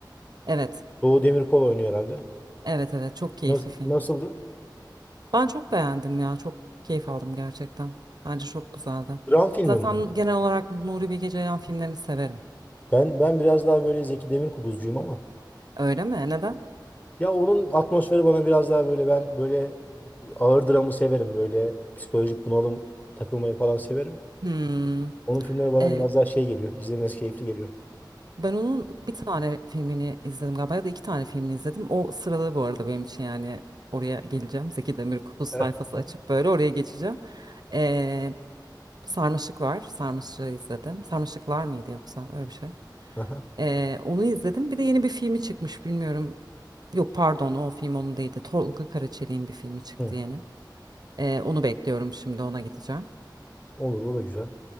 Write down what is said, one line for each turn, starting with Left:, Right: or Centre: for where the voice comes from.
Right: Evet
Left: Doğu Demirkol oynuyor herhalde.
Right: evet evet çok keyifli
Left: Nasıl,
Right: film.
Left: nasıldı?
Right: Ben çok beğendim ya. Çok keyif aldım gerçekten. Bence çok güzeldi.
Left: Dram filmi
Right: Zaten
Left: mi?
Right: genel olarak Nuri Bilge Ceylan filmlerini severim.
Left: Ben ben biraz daha böyle Zeki Demirkubuzcuyum ama.
Right: Öyle mi? Neden?
Left: Ya onun atmosferi bana biraz daha böyle ben böyle ağır dramı severim. Böyle psikolojik bunalım takılmayı falan severim.
Right: Hmm.
Left: Onun filmleri bana
Right: Ee,
Left: biraz daha şey geliyor. İzlemesi keyifli geliyor.
Right: ben onun bir tane filmini izledim galiba ya da iki tane filmini izledim. O sıralı bu arada benim için yani oraya geleceğim. Zeki Demirkubuz sayfası
Left: Eh.
Right: açıp böyle oraya geçeceğim. Ee, Sarmaşık var. Sarmaşık'ı izledim. Sarmaşıklar mıydı yoksa öyle bir şey.
Left: Aha.
Right: Ee, onu izledim. Bir de yeni bir filmi çıkmış bilmiyorum. Yok pardon o film onun değildi. Tolga Karaçelik'in bir filmi çıktı
Left: Hı.
Right: yeni. Ee, onu bekliyorum şimdi ona gideceğim.
Left: Olur o da güzel.